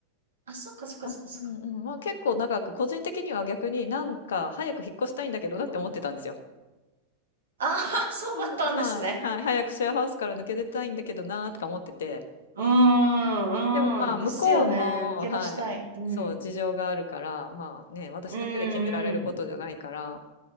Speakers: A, on the right; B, on the left.
A: あ、そっかそっかそっかそっか。
B: うんうんうん。まあ結構長く、個人的には逆になんか早く引っ越したいんだけどなって思ってたんですよ。
A: うん。ああ、<laughs> そうだったんですね。
B: うんはい。はい。早くシェアハウスから抜け出たいんだけどなーとか思ってて。
A: うーん、
B: でもまあ向こうも、
A: うん。ですよね。抜け出したい。
B: はい。
A: うん。
B: そう、事情があるから、まあね、私だけで決められることじゃないから、
A: うん、うん。